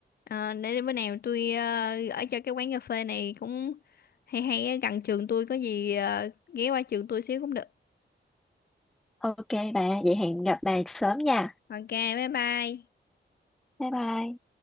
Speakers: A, on the left; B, in the centre.
A: Ờ, để bữa nào tôi ờ, gửi cho cái quán cà phê này cũng hay hay ở gần trường tôi có gì ờ, ghé qua trường tôi xíu cũng được.
B: ok bà vậy hẹn gặp bà sớm nha
A: Ok, bye bye.
B: bye bye